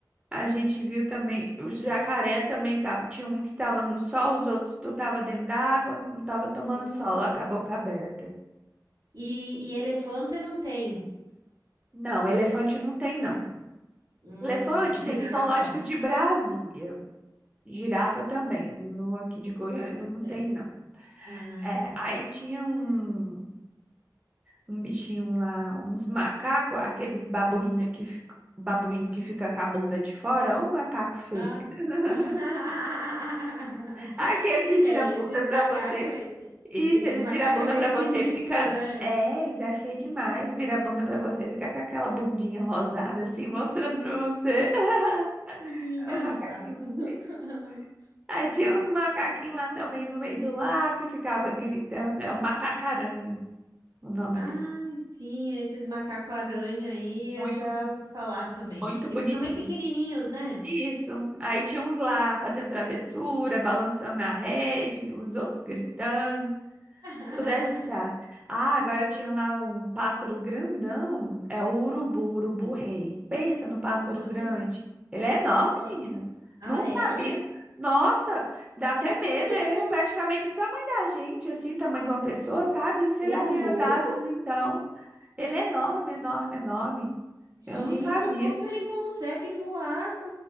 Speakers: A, on the right (about 15°); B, on the right (about 65°).
A: A gente viu também, o jacaré também tava, tinha um que tava no sol, os outros tu tava dentro d'água, um tava tomando
B: Hum.
A: sol, lá com a boca aberta.
B: E, e elefante não tem.
A: Não, elefante não tem, não.
B: Hum,
A: Elefante
B: girafa.
A: tem no zoológico de Brasília. Girafa também, no aqui de Goiânia
B: Não
A: não
B: tem.
A: tem, não.
B: Ah,
A: É,
B: tá.
A: aí tinha um, um bichinho lá, uns macacos, aqueles babuína que fica, babuíno que fica com a bunda de fora, ou macaco feio.
B: Ah.
A: <laughs>
B: <laughs>
A: Aquele que vira
B: É,
A: bunda
B: esses
A: pra
B: macacos,
A: você
B: aí-
A: Isso,
B: esses
A: eles
B: macacos
A: viram a bunda
B: é meio
A: pra você
B: sinistro,
A: e fica.
B: né?
A: É,
B: <laughs>
A: eles é feio demais. Vira a bunda pra você, fica com aquela bundinha rosada assim, mostrando pra você. <laughs>
B: Engraçado.
A: O macaquinho
B: <laughs>
A: feio. Aí tinha uns macaquinhos lá também no meio do lar que ficava gritando. É o macacaranha, o nome
B: Ai,
A: dele.
B: sim, esses macaco aranha aí eu
A: Muito,
B: já ouvi falar também.
A: muito bonitinho.
B: Eles são bem pequenininhos, né?
A: Isso. Aí tinha uns lá fazendo travessura, balançando na rede, os outros gritando.
B: <laughs>
A: Tudo é ajeitado. Ah, agora tinha lá um pássaro grandão. É o urubu, urubu rei. Pensa no pássaro
B: Ai,
A: grande. Ele é enorme,
B: é-
A: menina.
B: ah,
A: Não
B: é?
A: sabia. Nossa, dá até
B: Meu, como
A: medo.
B: que ele
A: Ele
B: cons...
A: é praticamente do tamanho da gente, assim, tamanho de uma pessoa, sabe? E se
B: Ô,
A: ele abrir
B: louco!
A: as asas, então, ele é enorme, enorme, enorme.
B: Gente,
A: Eu não sabia.
B: como que ele consegue voar com